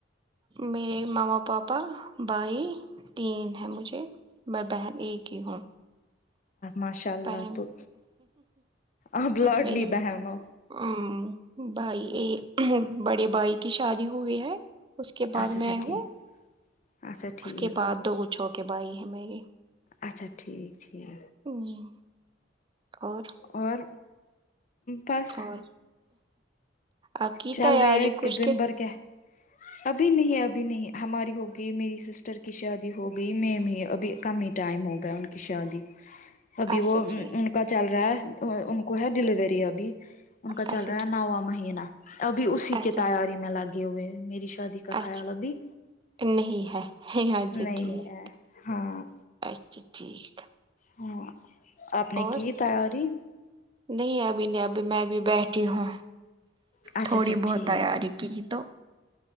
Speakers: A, on the right; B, on the left.
A: میرے ماما پاپا بھائی تین ہے مجھے میں بہن ایک ہی ہوں
B: ماشاء اللہ
A: بہن
B: تو آپ لاڈلی
A: میری
B: بہن ہو
A: ہمم بائی ا بڑے بائی کی شادی ہوئی ہے اس کے
B: اچھا
A: بعد میں
B: اچھا ٹھیک
A: ہوں
B: اچھا ٹھیک
A: اس کے بعد دو چھوٹے بھائی ہیں میری
B: اچھا ٹھیک ٹھیک
A: ہمم اور
B: اور بس
A: اور آپ کی
B: چل
A: تیاری
B: رہے
A: کچھ
B: دن
A: کے
B: بھر کیا ابھی نہیں ابھی نہیں ہماری ہو گئی میری سسٹر کی شادی ہو گئی میں میں ابھی کم ٹائم ہوگیا ان کی شادی ابھی
A: اچھا
B: وہ
A: ٹھیک
B: ان کا چل رہا ہے ان کو ہے ڈلیوری ابھی ان کا
A: اچھا
B: چل رہا ہے
A: ٹھیک
B: نواں مہینہ ابھی اسی
A: اچھا
B: کے تیاری میں لگے ہوئے ہیں میری شادی کا
A: اچھا
B: کھیال ابھی
A: نہیں ہے اچھا
B: نہیں
A: ٹھیک
B: ہاں
A: اچھا ٹھیک
B: ہاں اپ نے
A: اور
B: کی تیاری
A: نہیں ابھی نہیں ابھی میں بھی بیٹھی ہوں
B: اچھا
A: تھوڑی
B: اچھا
A: بہت
B: ٹھیک
A: تیاری کی کی تو